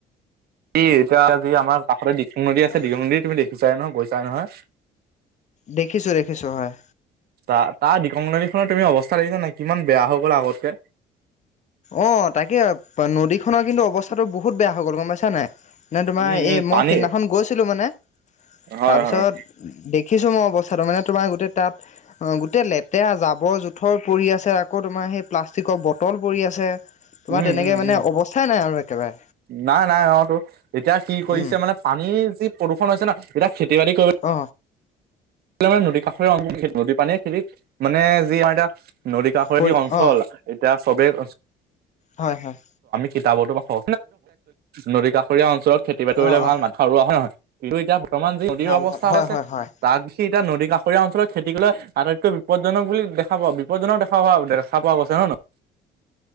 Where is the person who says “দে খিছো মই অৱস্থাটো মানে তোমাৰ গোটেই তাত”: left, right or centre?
Left